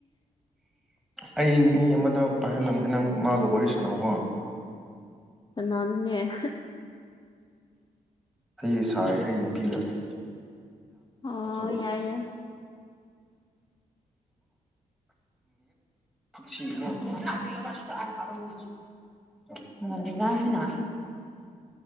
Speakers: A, in the centre; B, on the left (about 30°).
A: ꯑꯩ ꯃꯤ ꯑꯃꯗ ꯄꯥꯏꯍꯜꯂꯝꯒꯦ ꯅꯪ ꯃꯥꯒ ꯋꯥꯔꯤ ꯁꯥꯟꯅꯝꯀꯣ
B: ꯅꯅꯅꯦꯦ
A: ꯑꯩ ꯁꯥꯏ ꯑꯩ ꯅꯨꯄꯤꯒꯆ
B: ꯑꯣ
A: ꯁꯥ
B: ꯌꯥꯏ ꯌꯥꯏ
A: ꯁꯉꯣ <unintelligible> ꯍꯗꯤ ꯌꯥꯁꯤꯅ